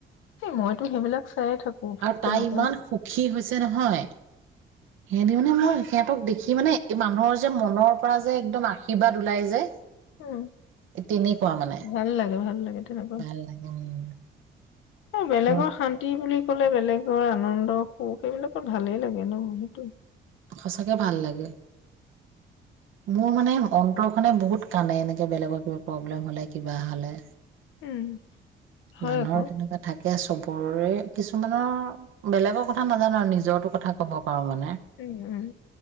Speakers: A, on the left (about 85°); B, on the right (about 80°).
A: মইতো সেইবিলাক চাইয়ে থাকো
B: আৰু
A: তেনেকুৱা
B: তাই ইমান সুখী হৈছে নহয় হেতি মানে মই সিহঁতক দেখি মানে মানুহৰ যে মনৰ পৰা যে একদম আশীৰ্বাদ ওলাই যে
A: উম
B: তেনেকুৱা মানে
A: ভাল লাগে ভাল লাগে তেনেকুৱা
B: ভাল লাগে উম।
A: বেলেগৰ
B: মন
A: শান্তি বুলি কলে বেলেগৰ আনন্দৰ সুখ এইবিলাকৰ ভালেই লাগে ন সেইটো
B: সচাকে ভাল লাগে মোৰ মানে অন্তৰখনে বহুত কানে এনেকে বেলেগৰ কিবা প্ৰব্লেম হলে কিবা হলে
A: উম হয়
B: মানুহৰ
A: আকৌ
B: তেনেকুৱা থাকে চব ওৰে কিছুমানৰ বেলেগৰ কথা নাজানো আৰু নিজৰো কথা ক'ব পাৰো মানে
A: উম উম